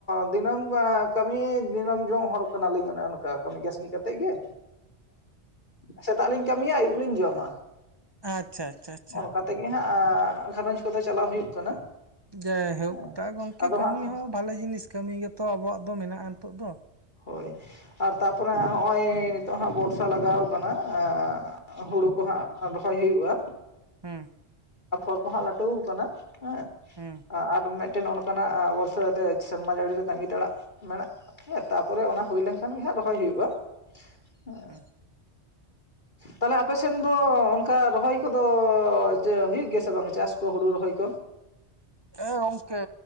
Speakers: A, on the left (about 45°); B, on the right (about 25°).
A: ᱫᱤᱱᱟᱹᱢ ᱠᱟᱹᱢᱤ ᱫᱤᱱᱟᱹᱢ ᱡᱚᱢ ᱦᱚᱲ ᱠᱟᱱᱟᱞᱤᱧ ᱚᱱᱮ ᱚᱱᱠᱟ ᱠᱟᱹᱢᱤ ᱠᱟᱹᱥᱱᱤ ᱠᱟᱛᱮᱜ ᱜᱮ ᱮᱸ ᱥᱮᱛᱟᱜ ᱞᱤᱧ ᱠᱟᱹᱢᱤᱭᱟ ᱟᱹᱭᱩᱵ ᱞᱤᱧ ᱡᱚᱢᱟ᱾
B: ᱟᱪᱪᱷᱟ ᱟᱪᱪᱷᱟ ᱟᱪᱪᱷᱟ᱾
A: ᱚᱱᱠᱟ ᱛᱮᱜᱮ ᱦᱟᱸᱜ ᱜᱷᱟᱸᱨᱚᱧᱡᱽ ᱠᱚᱫᱚ ᱪᱟᱞᱟᱣ ᱦᱩᱭᱩᱜ ᱠᱟᱱᱟ᱾
B: ᱡᱟᱭᱦᱳᱠ
A: ᱦᱮᱸ
B: ᱛᱟ ᱜᱚᱝᱠᱮ
A: ᱟᱫᱚ
B: ᱠᱟᱹᱢᱤ
A: ᱦᱟᱸᱜ
B: ᱦᱚᱸ ᱵᱷᱟᱞᱮ ᱡᱤᱱᱤᱥ ᱠᱟᱹᱢᱤ ᱜᱮᱛᱚ ᱟᱵᱚᱣᱟᱜ ᱫᱚ ᱢᱮᱱᱟᱜᱼᱟ ᱱᱤᱛᱚᱜ ᱫᱚ᱾
A: ᱦᱳᱭ, ᱟᱨ ᱛᱟᱯᱚᱨᱮ ᱦᱟᱸᱜ ᱦᱚᱸᱚᱭ ᱱᱤᱛᱚᱜ ᱦᱟᱸᱜ ᱵᱚᱨᱥᱟ ᱞᱟᱜᱟᱣ ᱟᱠᱟᱱᱟ ᱮᱸ ᱦᱩᱲᱩ ᱠᱚ ᱦᱟᱸᱜ ᱨᱚᱦᱚᱭ ᱦᱩᱭᱩᱜᱼᱟ᱾
B: ᱦᱩᱸ᱾
A: ᱟᱯᱷᱚᱨ ᱠᱚ ᱦᱟᱸᱜ ᱞᱟᱹᱴᱩᱣ ᱟᱠᱟᱱᱟ ᱦᱮᱸ᱾
B: ᱦᱩᱸ ᱾
A: ᱟᱨ ᱢᱤᱫᱴᱮᱱ ᱚᱱᱠᱟᱱᱟᱜ ᱵᱚᱨᱥᱟ ᱨᱮ ᱥᱮᱨᱢᱟ ᱡᱟᱹᱲᱤ ᱨᱮ ᱛᱟᱹᱜᱤ ᱛᱟᱲᱟᱜ ᱢᱮᱱᱟᱜ ᱦᱮᱸ, ᱛᱟᱯᱚᱨᱮ ᱚᱱᱟ ᱦᱩᱭ ᱞᱮᱱᱠᱷᱟᱱ ᱜᱮ ᱦᱟᱸᱜ ᱨᱚᱦᱚᱭ ᱦᱩᱭᱩᱜᱼᱟ ᱾ ᱦᱮᱸ,
B: ᱦᱩᱸ
A: ᱛᱟᱦᱚᱞᱮ ᱟᱯᱮ ᱥᱮᱱ ᱫᱚ ᱚᱱᱠᱟ ᱨᱚᱦᱚᱭ ᱠᱚᱫᱚ ᱡᱮ ᱦᱩᱭᱩᱜ ᱜᱮᱭᱟ ᱥᱮ ᱵᱟᱝ ᱪᱟᱥ ᱠᱚ ᱦᱩᱲᱩ ᱨᱚᱦᱚᱭ ᱠᱚ?
B: ᱮ ᱜᱚᱝᱠᱮ,